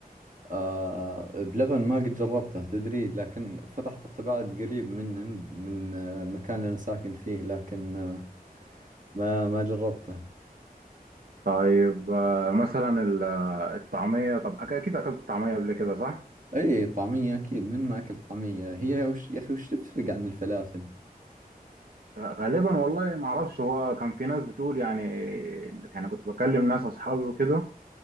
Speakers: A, on the right; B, on the right.
A: آه بلبن ما قد جربته تدري لكن فتح حتى بعد قريب من عند- من آه، المكان اللي أنا ساكن فيه لكن آه، ما ما جربته
B: طيب آه، مثلا ال- آه، الطعميه طب أك- اكيد اكلت طعميه قبل كده صح
A: أي طعمية أكيد من ما أكل طعمية هي وش يا أخي وش تفرق عن الفلافل
B: غالبا والله ما اعرفش هو كان في ناس بتقول يعني كان كنت بكلم ناس اصحابي وكده